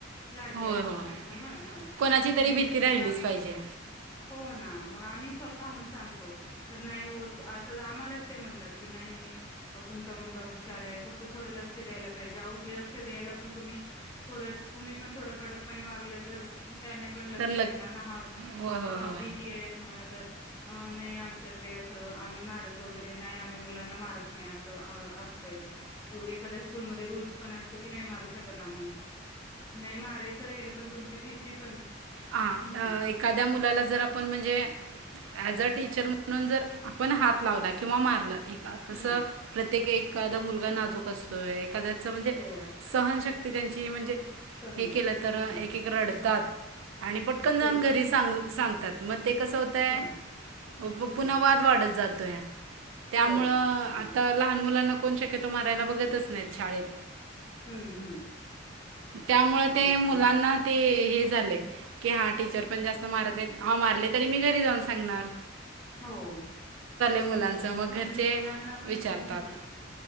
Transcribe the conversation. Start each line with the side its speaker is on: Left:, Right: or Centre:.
Left: लाडके
Right: होय,
Left: असतात
Right: होय.
Left: त्याच्यामुळे पण
Right: कोणाची
Left: नाही
Right: तरी भीती राहिलीच
Left: तर
Right: पाहिजे,
Left: हो ना मग आम्ही स्वतःहुन सांगतो. तर नाही होत अस आम्हालाच ते म्हणतात, की नाही अहो तुमचा मुलगा हुशार आहे. फक्त थोड लक्ष द्यायला पाहिजे. अहो लक्ष द्यायला पण तुम्ही थोडं तुम्ही पण थोडं कडकपणे वागलं तर त्याने पण लक्ष
Right: तर
Left: देणार ना हा
Right: होय, होय,
Left: हा
Right: होय.
Left: भीती आहे तुम्हाला तर अ नाही आमच्याकडे असं आम्ही मारत वगैरे नाही, आम्ही मुलांना मारत नाही, असं असतय एखाद्या स्कूलमध्ये रूल्स पण असतो, की नाही मारू शकत आम्ही नाही मारायचं राहिलं पण तुमची भीती पण
Right: आ
Left: हम्म
Right: अ एखाद्या मुलाला जर आपण म्हणजे ऍज टीचर म्हणून जर आपण हात लावला की किंवा मारलं एका की कसं
Left: हम्म
Right: प्रत्येक एक एखादा मुलगा नाजूक असतोय, एखाद्या असं म्हणजे
Left: होय
Right: सहनशक्ती ती त्यांची म्हणजे
Left: कमी
Right: हे
Left: असतो
Right: केलं
Left: हम्म
Right: तर
Left: हम्म
Right: एकेक रडतात. आणि पटकन जाऊन
Left: खूप
Right: घरी सांगून सांगतात मग ते कसं होतय
Left: हो
Right: प प
Left: हम्म
Right: पुन्हा वाद वाढत जातो. तय त्यामुळं
Left: होय ना हम्म
Right: आता लहान मुलांना कोण शक्य तो मारायला बघतच नाहीत शाळेत
Left: हम्म हम्म
Right: त्यामुळे ते
Left: तेच
Right: मुलांना
Left: ना.
Right: ते हे झालंय की हा टीचर पण जास्त मारत नाही आ मारले तरी मी घरी जाऊन सांणार
Left: हो
Right: मुलांचं
Left: तो पण
Right: मग
Left: पण
Right: घरचे
Left: मुलांना पण
Right: विचारतात
Left: हम्म.....